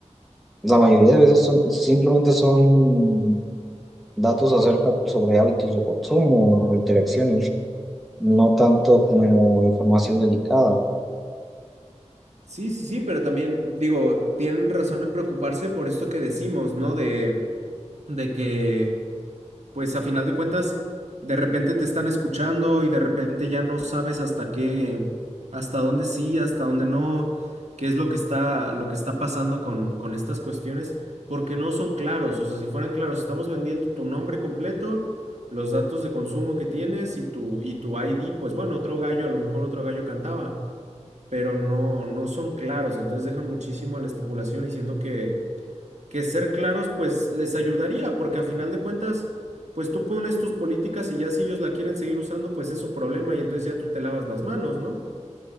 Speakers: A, in the centre; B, on the right.
A: la mayoría de veces son, simplemente son datos acerca sobre hábitos de consumo, o interacciones, no tanto como información delicada.
B: Sí, sí, sí, pero también digo, tienen razón en preocuparse por esto que decimos, ¿no? De, de que... pues a final de cuentas, de repente te están escuchando y de repente ya no sabes hasta qué, hasta dónde sí, hasta dónde no, qué es lo que está, lo que está pasando con, con estas cuestiones, porque no son claros. O sea, si fueran claros, estamos vendiendo tu nombre completo, los datos de consumo que tienes y tu, y tu ID, pues bueno, otro gallo, a lo mejor otro gallo cantaba, pero no, no son claros, entonces dejan muchísimo a la estipulación y siento que que ser claros pues les ayudaría, porque a final de cuentas, pues tú pones tus políticas y ya si ellos la quieren seguir usando, pues es su problema y entonces ya tú te lavas las manos, ¿no?